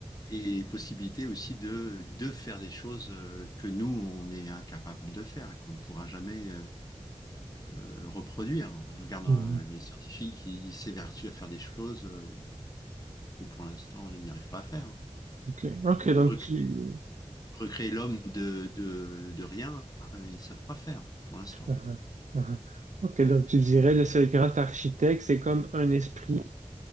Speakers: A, on the left; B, on the right.
A: et possibilité aussi de, de faire des choses euh, que nous, on est incapable de faire, et qu'on ne pourra jamais euh, euh, reproduire. Je Regarde
B: mhm.
A: euh, les scientifiques, ils s'évertuent à faire des choses euh, que pour l'instant, ils n'arrivent pas à faire.
B: OK, OK,
A: Re-
B: donc
A: Recréer,
B: tu...
A: recréer l'homme de, de, de rien, euh, ils savent pas faire pour l'instant.
B: Mhm, mhm. OK, donc tu dirais,
A: Donc,
B: là, c'est le grand architecte, c'est comme un esprit